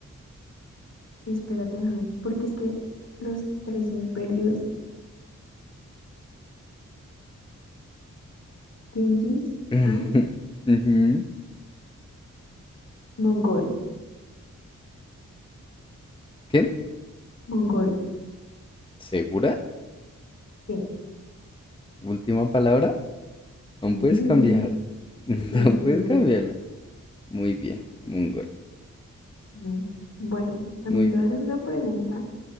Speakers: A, on the left (about 55°); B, on the left (about 15°).
A: Espérate, déjame, porque es que los tres imperios, Genghis,
B: <laughs>
A: Han,
B: Ujú.
A: Mongol,
B: ¿Qué?
A: Mongol,
B: ¿Segura?
A: sí.
B: Última palabra. Aún
A: Y
B: puedes cambiar. <laughs>
A: sí, estoy
B: Aún puedes
A: seguro.
B: cambiarla. Muy bien, un gol.
A: no. Bueno, también
B: Muy
A: te
B: bien.
A: voy a hacer una pregunta